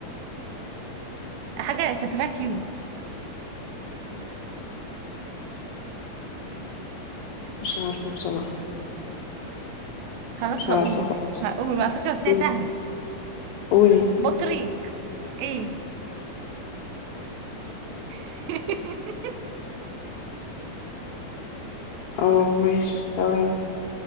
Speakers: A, on the right; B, on the left.
A: حاجة شكلها كيوت
B: مش عارفه بصراحه
A: خلاص
B: مش
A: هقول
B: عارفة خالص
A: هقول بقى فكرة بس هي
B: قولي
A: سهلة
B: قولي
A: بطريق ايه <laughs>
B: اه ماشي تمام